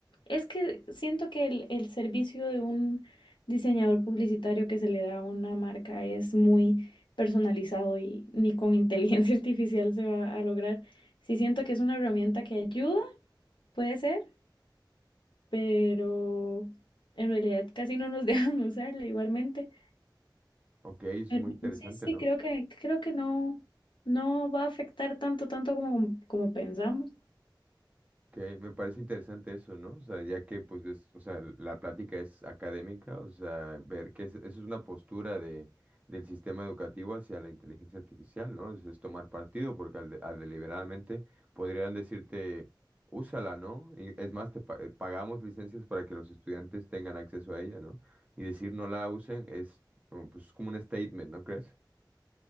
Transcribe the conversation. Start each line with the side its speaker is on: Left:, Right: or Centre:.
Left: es que siento que el, el servicio de un diseñador publicitario que se le da a una marca es muy personalizado y ni con inteligencia <laughs> artificial se va a lograr. Sí siento que es una herramienta que ayuda, puede ser, pero en realidad casi no nos <laughs> dejan usarla igualmente.
Right: Ok, eso
Left: Pero
Right: es muy interesante,
Left: sí, sí,
Right: ¿no?
Left: creo que, creo que no, no va a afectar tanto, tanto como, como pensamos.
Right: Que me parece interesante eso, ¿no? O sea, ya que pues ves, o sea, la plática es académica, o sea, ver que es- eso es una postura de, del sistema educativo hacia la inteligencia artificial, ¿no? Es, es tomar partido, porque al, de- al deliberadamente podrían decirte, úsala, ¿no? Y es más, te pa- eh, pagamos licencias para que los estudiantes tengan acceso a ella, ¿no? Y decir no la usen es, como, pues, como un statement, ¿no crees?